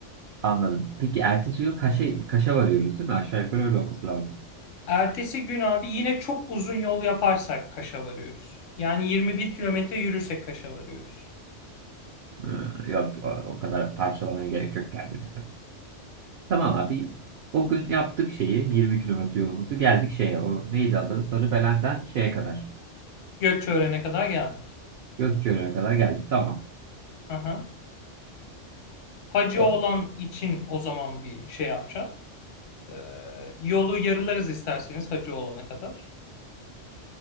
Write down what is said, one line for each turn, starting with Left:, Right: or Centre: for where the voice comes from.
Right: Anladım. Peki ertesi gün Kaş'a, Kaş'a varıyoruz değil mi? Aşağı yukarı öyle olması lazım.
Left: Ertesi gün abi yine çok uzun yol yaparsak Kaş'a varıyoruz. Yani 21 kilometre yürürsek Kaş'a varıyoruz.
Right: Ee, yok. O, o kadar parçalamaya gerek yok kendimizi. Tamam abi. O gün yaptık şeyi. 20 kilometre yolumuzu. Geldik şeye. O neydi adı? Sarıbelen'den şeye kadar.
Left: Gökçeören'e kadar geldik.
Right: Gökçeören'e kadar geldik. Tamam.
Left: Aha. Hacı
Right: O
Left: olan için o zaman bir şey yapacağız. Ee, yolu yarılarız isterseniz Hacı olana kadar.